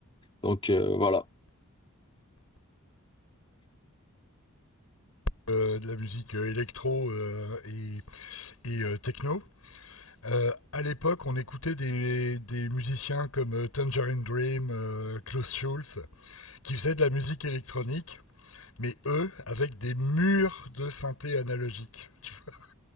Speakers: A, on the left; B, on the left.
A: donc euh, voilà.
B: Euh, de la musique euh, électro euh, et, et, euh, techno. Euh, à l'époque, on écoutait des, des musiciens comme euh, Tangerine Dream, euh, Klaus Schulze, qui faisaient de la musique électronique, mais eux, avec des murs de synthé analogique. tu vois.